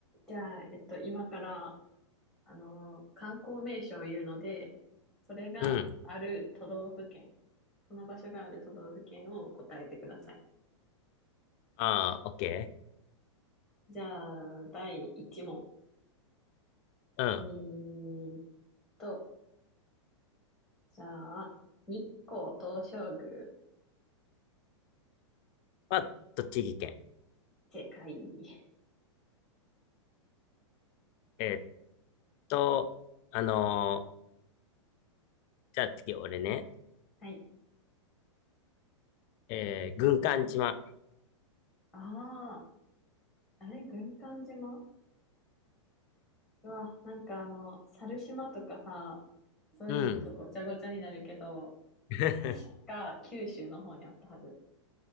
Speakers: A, in the centre; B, on the left (about 40°).
A: じゃあ、えっと、今から、あのー観光名所を言うので、それがある都道府県、
B: うん。
A: その場所がある都道府県を答えてください。
B: ああ、オッケ
A: じゃあ、第1問。
B: ー。OK うん。
A: えーっと、じゃあ、日光東照宮、
B: は、栃木県。
A: 正解。
B: えーっと、あのーじゃあ次俺ね。
A: はい。
B: えー、軍艦島。
A: ああ、あれ、軍艦島うわ、なんかあの、猿島とかさ、そういうのとごちゃごちゃになるけど、
B: うん。<laughs>
A: 確か九州の方にあったはず。